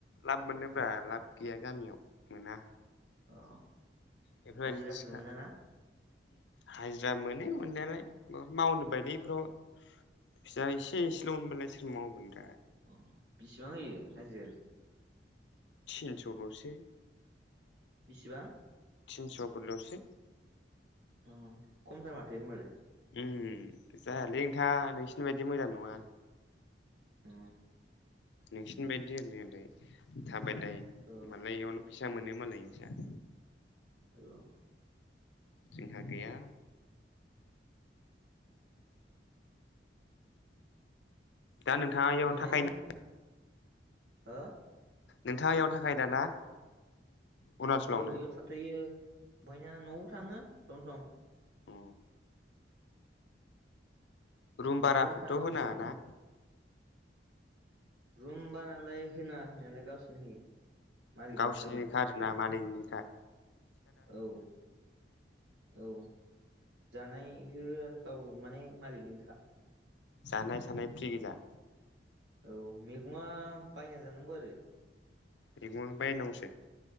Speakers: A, on the left (about 75°); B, on the right (about 85°).
A: लाब मोननोब्रा लाब गैया गामियाव मोना।
B: अ
A: बेफोरबायदि
B: हाजिराफोर
A: थिखा
B: मोना ना?
A: हाजिरा मोनो मोननायालाय मावनो बायोलै बेफोराव फैसा एसे एसेल' मोनबालाय सोर मावगोन दे।
B: अ बिसिबां होयो हाजिराया?
A: थिनस'ल'सो।
B: बेसेबां?
A: तिनस'फोरल'सो।
B: अ खमथार माथो ओमबालाय।
A: ओ जायालै नोंथां नोंसिनि बायदि मोजां नङा।
B: अ
A: नोंसिनि बायदि ओरै ओरै थाबायलाय
B: अ
A: मालाय बेयावनो फैसा मोनो मालाय नोंसा। <inaudible>
B: <unintelligible>
A: जोंहा गैया। दा नोंथाङा इयावनो
B: मोजाङैनो
A: थाखायोना?
B: दं हो
A: नोंथाङा इयावनो थाखायो दा ना? अरुणाचलावनो
B: औ इयावनो थाथ'यो ओमफायो न'आव थाङो सम सम।
A: औ रुम
B: न'आवबो
A: बाराफोरथ'
B: थाङो
A: होनाङा
B: सम सम
A: ना।
B: रुमबालाय होनाङा होनायालाय गावसोरनो होयो। मालिकनिखा
A: गावसिनिनो
B: माने
A: खा आरोना मालिकनिनो खा।
B: औ औ जानाय बेफोरो गाव माने मालिकनिखा
A: जानाय थानाय फ्रि गोजा
B: औ मैगङा बायना जानांगौ आरो
A: मेगङा बायनांगौसो